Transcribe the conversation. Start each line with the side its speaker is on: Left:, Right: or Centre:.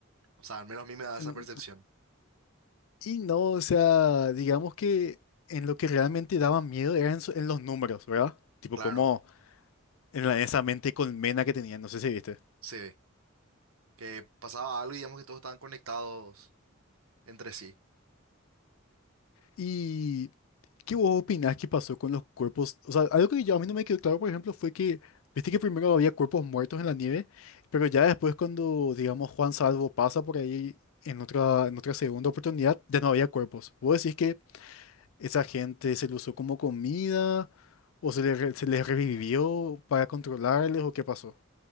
Right: O sea, al menos a mí me da esa
Left: en-
Right: percepción.
Left: y no, o sea, digamos que en lo que realmente daba miedo era en, su- en los números, ¿verdad? Tipo
Right: Claro,
Left: como en la- esa mente colmena que tenía no sé si viste.
Right: sí. que pasaba algo y digamos que todos estaban conectados entre sí.
Left: ¿Y qué vos opinás que pasó con los cuerpos? O sea, algo que yo, a mí no me quedó claro, por ejemplo, fue que, viste que primero había cuerpos muertos en la nieve, pero ya después cuando, digamos, Juan Salvo pasa por ahí en otra, en otra segunda oportunidad, ya no había cuerpos. ¿Vos decís que esa gente se lo usó como comida? ¿O se les, re- se les revivió para controlarles o qué pasó?